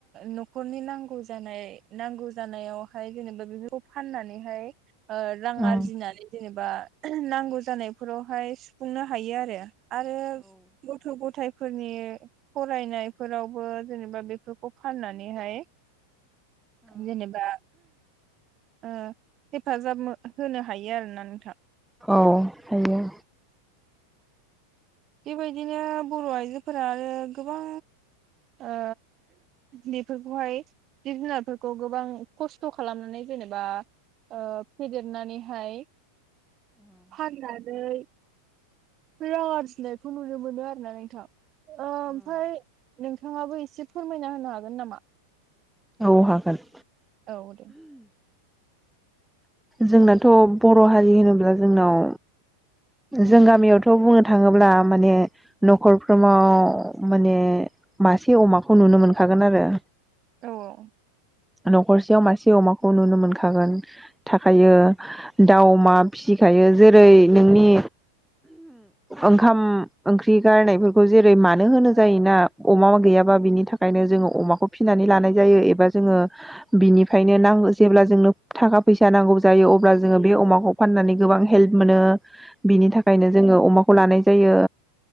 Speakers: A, on the right; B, in the centre.
A: नखरनि नंगौ जानाय नंगौ जानायावहाय जेनेबा बेफोरखौ फाननानैहाय ओ रां
B: हागोन
A: आरजिनानै जेनेबा नांगौ जानायफोरावहाय सुफुंनो हायो आरो आरो गथ' गथायफोरनि फरायनायफोरावबो जेनेबा बेफोरखौ फाननानैहाय जेनेबा ओ हेफाजाब होनो हायो आरोना नोंथां।
B: औ हायो
A: बेबायदिनो बर' आइजोफोरा आरो गोबां ओ बेफोरखौहाय जिब जुनारफोरखौ गोबां खस्थ' खालामनानै जेनेबा ओ फेदेरनानैहाय फाननानै रां आरजिनायखौ नुनो मोनो आरो ना नोंथां ओमफ्राय नोंथाङाबो ए से फोरमायना होनो हागोन नामा?
B: औ हागोन
A: औ दे
B: जोंनाथ' बर' हारि होनोब्ला जोंनाव
A: उम
B: जों गामियावथ' बुनो थाङोब्ला माने न'खरफ्राव माने मासे अमाखौ नुनो मोनखा गोन आरो।
A: औ
B: न'खरसेयाव मासे अमाखौ नुनो मोनखागोन थाखायो दाउ अमा फिसिखायो जेरै नोंनि ओंखाम ओंख्रि गारनायफोरखौ जेरै मानो होनो
A: उम
B: जायोना अमा गैयाबा बिनि थाखायनो जोङो अमाखौ फिनानै लानाय जायो एबा जोङो बिनिफ्रायनो नां जेब्ला जोंनो थाखा फैसा नांगौ जायो अब्ला जोङो बे अमाखौ फाननानै गोबां हेल्प मोनो। बिनि थाखायनो जोङो अमाखौ लानाय जायो